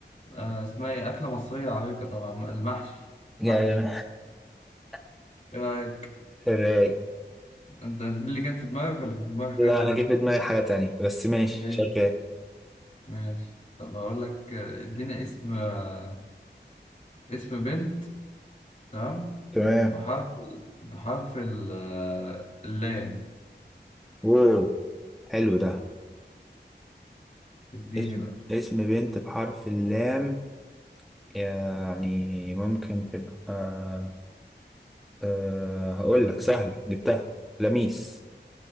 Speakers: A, on the left; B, in the centre.
A: آه اسمها ايه اكله مصريه عريقه طبعا المحشي
B: جاي
A: محشي
B: <laughs>
A: آه،
B: رايق
A: انت دي اللي كانت في دماغك ولا كان في دماغك حاجة
B: لا
A: تانية؟
B: انا جه في دماغي حاجه تانية بس ماشي
A: ايه
B: شغال
A: ماشي طب هقول لك آه، ادينا اسم آه، اسم بنت تمام
B: تمام
A: بحرف ال- بحرف ال- آه، اللام
B: اوه حلو ده
A: اديني
B: اسم
A: بقى
B: اسم بنت بحرف اللام يعني ممكن تبقى أه هقول لك سهلة جبتها لميس